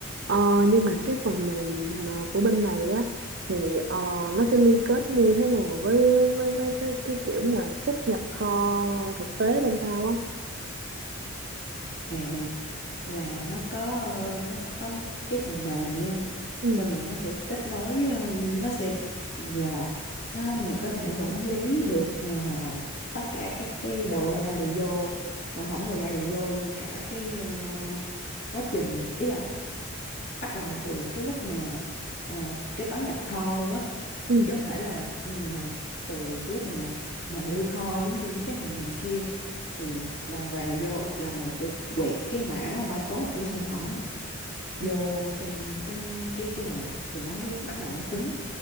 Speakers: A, on the right; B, on the left.
A: Ờ, nhưng mà cái phần mềm mà của bên này thì ờ, nó sẽ liên kết như thế nào với với với với, với cái kiểu mà xuất nhập kho thực tế bên tao á
B: À là nó có ờ, nó có cái phần mềm nha
A: ừ
B: xong rồi nó sẽ kết nối ờ, nó sẽ là nó mày có thể quản lý được ờ, tất cả các cái đầu ra đầu vô sản phẩm đầu ra đầu vô luôn cả cái ờ, quá trình ý là bắt đầu từ cái lúc mà ờ, kế toán nhập kho luôn á
A: ừ
B: chứ không phải là ờ, từ cái lúc mà mà mà lưu kho giống như mấy cái phần mềm kia thì đầu vào vô là mày phải quẹt cái mã barcode của sản phẩm á vô
A: ừ
B: trong cái cái cái này thì nó mới bắt đầu nó tính